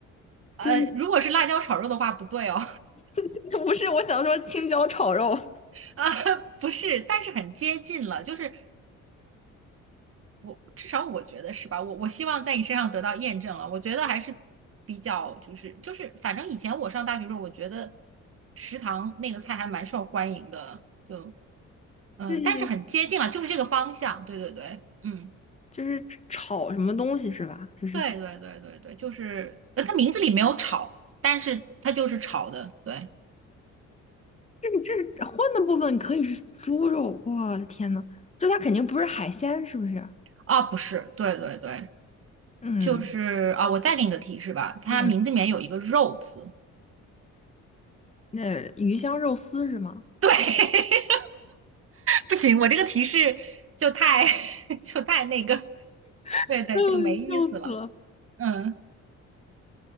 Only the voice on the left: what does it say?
就是
<laughs> 不是我想说青椒炒肉，
就是
就是炒什么东西是吧？就是。
这这荤的部分可以是猪肉，我的天呐，就它肯定不是海鲜，是不是？
嗯
嗯，那鱼香肉丝是吗？
<laughs>
嗯，
笑死了。